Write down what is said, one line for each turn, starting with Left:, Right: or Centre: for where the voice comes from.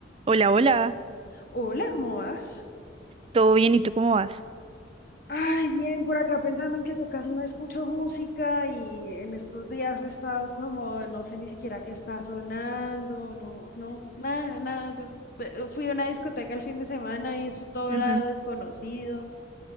Right: Hola,
Left: Hola,
Right: hola,
Left: hola, ¿cómo vas?
Right: ¿todo bien? ¿Y tú cómo vas?
Left: Ay, bien, por acá pensando en que yo casi no escucho música y en estos días he estado como, no sé ni siquiera qué está sonando, no, no, nada, nada. Yo eh, fui a una discoteca el fin de semana y eso todo
Right: Ujú.
Left: era desconocido.